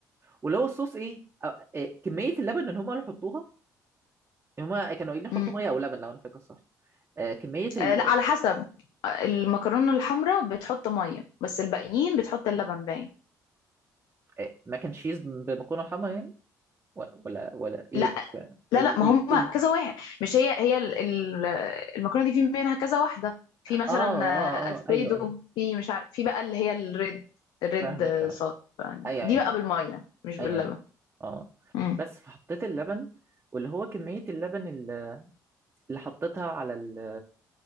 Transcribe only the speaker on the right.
واللي هو الصوص ايه أو- إيه، كميه اللبن اللي هم قالوا حطوها هما كانوا قايلين
حطوا ميه او لبن لو انا فاكر صح آه، كمية ال...
آه، ماك اند تشيز بمكرونة حمرا يعني ولا ولا ولا ايه
مش فاهم
ال...
ال...
ال-
اه اه
اه ايوه ايوه
فاهمك
فاهمك
ايوه
ايوه
ايوه
ايوه أيوه. اه
بس فحطيت اللبن واللي هو كمية اللبن اللي اللي حطيتها على ال...